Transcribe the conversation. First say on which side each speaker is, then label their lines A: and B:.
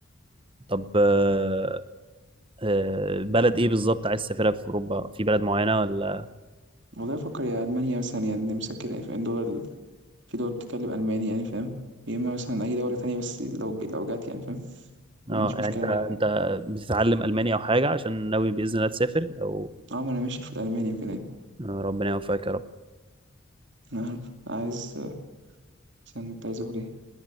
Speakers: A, on the right; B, on the right.
A: طب آه، آه، بلد ايه بالظبط عايز تسافرها في اوروبا في بلد معينه ولا
B: والله افكر يا المانيا مثلا يا النمسا كده يعني فاهم دول في دول بتتكلم ألماني يعني فاهم يا إما مثلا أي دولة تانية بس لو لو جات يعني فاهم مش
A: اه يعني
B: مشكلة
A: انت انت
B: مع أي حاجة
A: بتتعلم الماني او حاجه عشان ناوي باذن الله تسافر او
B: اه ما أنا ماشي في الألماني وكده يعني.
A: آه، ربنا يوفقك يا رب
B: أنا عارف. عايز آه، مثلا كنت عايز أقول إيه